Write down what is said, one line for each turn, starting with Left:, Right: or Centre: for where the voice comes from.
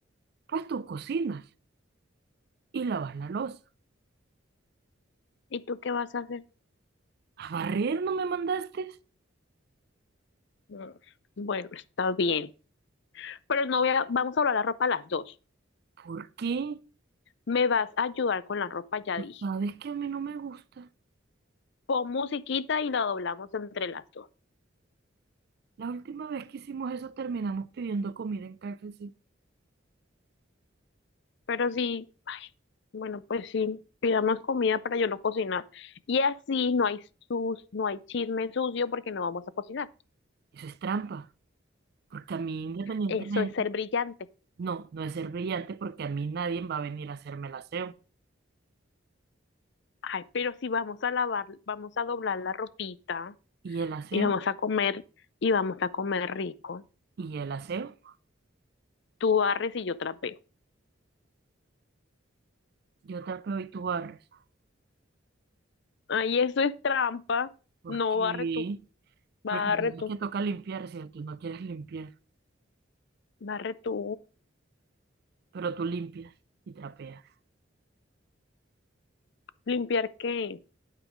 Right: pues tú cocinas y lavas la loza.
Left: ¿Y tú qué vas a hacer?
Right: ¿A barrer no me mandaste?
Left: Mm, Bueno, está bien. Pero no voy a, vamos a doblar la ropa a las dos.
Right: ¿Por qué?
Left: Me vas a ayudar con la ropa, ya
Right: Tú
Left: dije.
Right: sabes que a mí no me gusta.
Left: Pon musiquita y la doblamos entre las dos.
Right: La última vez que hicimos eso terminamos pidiendo comida en KFC.
Left: Pero sí, bueno, pues sí, pidamos comida para yo no cocinar. Y así no hay sus, no hay chisme sucio porque no vamos a cocinar.
Right: Eso es trampa, porque a mí independientemente,
Left: Eso es ser brillante.
Right: no, no es ser brillante porque a mí nadie va a venir a hacerme el aseo.
Left: Ay, pero si vamos a lavar, vamos a doblar la ropita
Right: ¿Y el aseo?
Left: y vamos a comer y vamos a comer rico.
Right: ¿Y el aseo?
Left: Tú barres y yo trapeo.
Right: Yo tapeo y tú barres.
Left: Ay, eso es trampa.
Right: ¿Por
Left: No
Right: qué?
Left: barre tú, barre
Right: Porque además
Left: tú,
Right: que toca limpiarse, tú no quieres limpiar,
Left: barre tú.
Right: pero tú limpias y trapeas.
Left: ¿Limpiar qué?